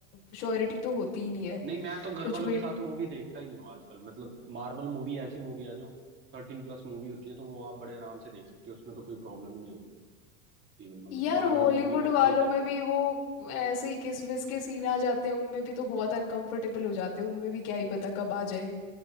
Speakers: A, on the left (about 70°); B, on the right (about 25°).
A: श्योरिटी तो होती ही नहीं है
B: नहीं मैं तो घर
A: कुछ
B: वालों
A: भी
B: के साथ मूवी देखता ही नहीं हूँ आजकल मतलब मार्वल मूवी ऐसी मूवी है जो थर्टीन प्लस मूवी होती है तो वो आप बड़े आराम से देख सकते हो उसमें तो कोई प्रॉब्लम ही नहीं होगी इवन मतलब
A: यार
B: मार्वल
A: हॉलीवुड
B: मूवी मैं
A: वालों
B: इसलिए देखता
A: में भी वो ऐसे ही किस विस के सीन आ जाते हैं उनमें भी तो बहुत अनकंफर्टेबल हो जाते हैं उनमें भी क्या ही पता कब आ जाए